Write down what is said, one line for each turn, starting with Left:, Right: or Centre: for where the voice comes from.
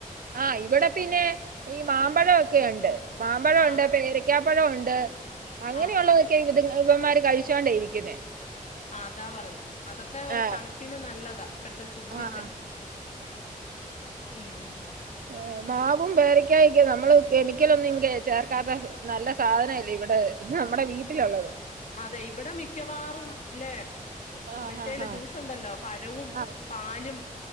Right: ആഹ് ഇവിടെ പിന്നെ ഈ മാമ്പഴോക്കെ ഒണ്ട്. മാമ്പഴം
Left: ആഹ്
Right: ഒണ്ട്, പേരക്കാപ്പഴം ഒണ്ട് അങ്ങനെള്ള
Left: ആഹ്
Right: ഒ ക്കെ ഇത് ഇവന്മാര് കഴിച്ചോണ്ടാ ഇരിക്കുന്നേ.
Left: ആഹ് അതാ പറഞ്ഞെ. അതൊക്കെ
Right: ആഹ്
Left: തണുപ്പിന് നല്ലതാ. ഇപ്പഴത്തെ ചൂടിന്റെ
Right: ആഹ്
Left: ഉം.
Right: ആഹ് മാവും പേരക്കായൊക്കെ നമ്മള് കെമിക്കലൊന്നും ചേർക്കാത്ത. നല്ല സാധനല്ലേ ഇവിടെ നമ്മുടെ വീട്ടിലൊള്ളത്.
Left: അതെ ഇവിടെ മിക്കവാറും ഇല്ലേ.
Right: ആഹ്
Left: മറ്റെല്ല
Right: ആഹ്
Left: ജ്യൂസ് ഒണ്ടല്ലോ പഴവും,
Right: ആഹ്
Left: പാലും